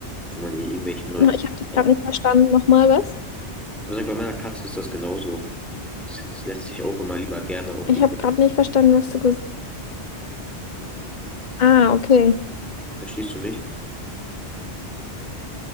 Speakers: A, in the centre; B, on the left.
A: wenn man ihr irgendwelche neuen
B: Na,
A: Sachen
B: Ich habe dich
A: kauft.
B: gerade nicht verstanden. Nochmal was?
A: Aber sag, bei meiner Katze ist das genauso. Die setzt- lässt sich auch immer lieber gerne auf
B: Ich
A: irgendwelche
B: habe gerade
A: Sachen.
B: nicht verstanden, was du gesagt hast. Ah, okay.
A: Verstehst du mich?